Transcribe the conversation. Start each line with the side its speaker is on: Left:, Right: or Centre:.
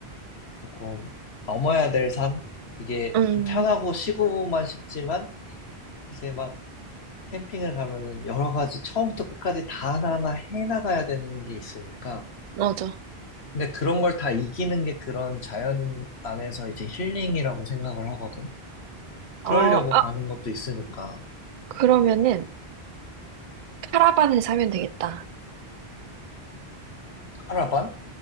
Left: 조금 넘어야 될 산? 이게
Right: 음,
Left: 좀 편하고 쉬고만 싶지만, 이제 막 캠핑을 가면은 여러 가지 처음부터 끝까지 다 하나하나 해나가야 되는 게 있으니까.
Right: 맞아.
Left: 근데 그런 걸 다 이기는 게 그런 자연 안에서 이제 힐링이라고 생각을 하거든. 그러려고
Right: 어, 아,
Left: 가는 것도 있으니까.
Right: 그러면은 카라반을 사면 되겠다.
Left: 카라반?